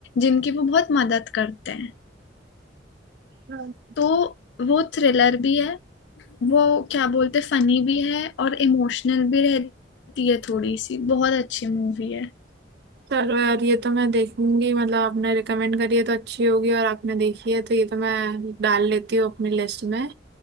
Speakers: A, on the left; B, on the right.
A: जिनकी वो बहुत मदद करते हैं
B: हाँ
A: तो वो थ्रिलर भी है वो क्या बोलते फनी भी है और इमोशनल भी रहती है थोड़ी सी बहुत अच्छी मूवी है
B: चलो यार ये तो मैं देखूंगी मतलब आपने रिकमेंड करी है तो अच्छी होगी और आपने देखी है तो ये तो मैं डाल लेती हूँ अपनी लिस्ट में